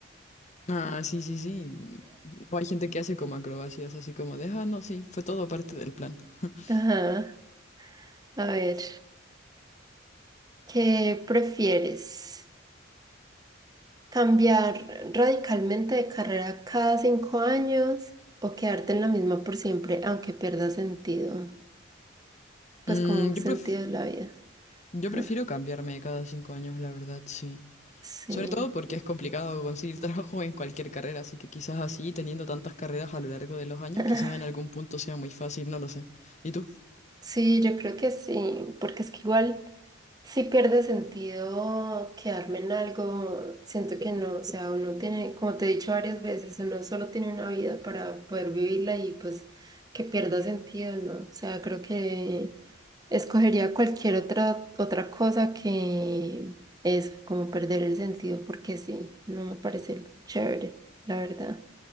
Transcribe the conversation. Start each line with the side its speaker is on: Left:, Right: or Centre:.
Left: Ah, sí, sí, sí. O hay gente que hace como acrobacias, así como de, ah, no, sí, fue todo parte del plan. <laughs>
Right: Ajá. A ver, ¿qué prefieres? ¿Cambiar radicalmente de carrera cada cinco años o quedarte en la misma por siempre, aunque pierda sentido? Pues
Left: Mm,
Right: como un
Left: yo
Right: sentido
Left: pref-
Right: de la vida.
Left: yo
Right: Ah,
Left: prefiero cambiarme cada cinco años, la verdad, sí.
Right: Sí.
Left: Sobre todo porque es complicado conseguir <laughs> trabajo en cualquier carrera, así que quizás así, teniendo tantas carreras a lo largo de los años,
Right: <laughs>
Left: quizás en algún punto sea muy fácil, no lo sé. ¿Y tú?
Right: Sí, yo creo que sí, porque es que igual si pierde sentido quedarme en algo, siento que no, o sea, uno tiene, como te he dicho varias veces, uno solo tiene una vida para poder vivirla y pues que pierda sentido, ¿no? O sea, creo que Escogería cualquier otra, otra cosa que eso, como perder el sentido, porque sí, no me parece chévere, la verdad.